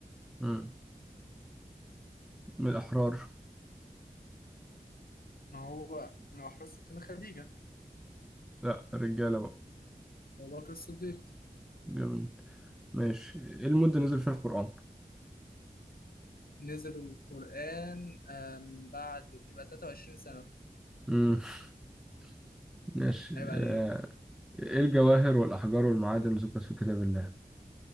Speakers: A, in the centre; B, on the left.
A: مم. من الأحرار
B: ما هو من أحرار ستنا خديجة
A: لا الرجالة بقى
B: أبو بكر الصديق
A: جميل ماشي إيه المدة نزل فيها القرآن
B: نزل القرآن آم، بعد يبقى 23 سنة
A: مم. <laughs> ماشي
B: عيب عليك
A: آه، إيه الجواهر والأحجار والمعادن ذكرت في كتاب الله